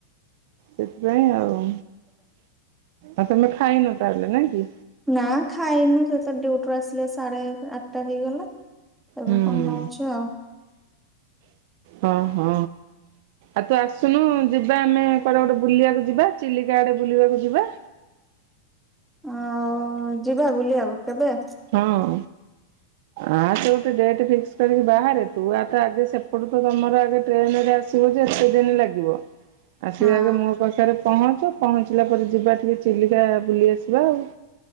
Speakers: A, on the right (about 55°); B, in the centre.
A: ସେଥିପାଇଁ ଆଉ। ଆଉ ତମେ ଖାଇନ ତାହେଲେ ନାଇଁ କି?
B: ନା ଖାଇନୁ ସେ ତ ଡି଼ଉଟି ରୁ ଆସିଲେ ସାଢେ ଆଠଟା ହେଇଗଲା। ଏବେ
A: ହୁଁ
B: ନଉଛୁ ଆଉ?
A: ହଁ, ହଁ, ଆଉ ତୁ ଆସୁନୁ ଯି ଯିବା ଆମେ କୁଆଡେ ଗୋଟେ ବୁଲିବାକୁ ଯିବା ଚିଲିକା ଆଡେ ବୁଲିବାକୁ ଯିବା।
B: ଆଉ ଯିବା ବୁଲିବାକୁ କେବେ?
A: ହଁ ଆ ସେ ଗୋଟେ ଡେଟ ଫିକ୍ସ କରିକି ବାହାରେ ତୁ ଆ ତ ଆଗ ସେପଟୁ ତ ତମର ଆଗ ଟ୍ରେନରେ ଆ ଆସିବ ଯେ ଏତେ ଦିନ ଲାଗିବ। ଆସିବ
B: ହଁ
A: ଆଗେ ମୋ ପାଖରେ ପହଞ୍ଚ ପହଞ୍ଚିଲା ପରେ ଯିବା ଟିକେ ଚିଲିକା ବୁଲି ଆସିବା ଆଉ